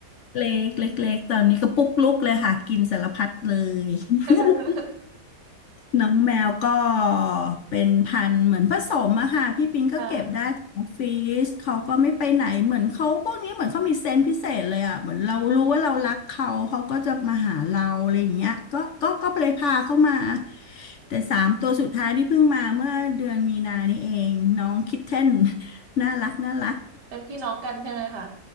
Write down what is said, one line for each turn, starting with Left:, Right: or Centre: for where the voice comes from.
Left: เล็กเล็กเล็กตอนนี้ก็ปุ๊กลุกเลยค่ะกินสารพัดเลย <laughs>
Right: <laughs>
Left: น้องแมวก็เป็นพันธุ์เหมือนผสมอะค่ะพี่ปิงก็เก็บได้จากออฟฟิศเขาก็ไม่ไปไหนเหมือนเขาพวกนี้เหมือนเขามีเซนส์พิเศษเลยอะเหมือนเรารู้ว่าเรารักเขาเขาก็จะมาหาเราอะไรอย่างเงี้ยก็ก็ก็เลยพาเข้ามา
Right: ค่ะ
Left: แต่สามตัวสุดท้ายที่เพิ่งมาเมื่อเดือนมีนานี้เองน้องคิทเทน <laughs> น่ารักน่ารัก
Right: เป็นพี่น้องกันใช่ไหมคะ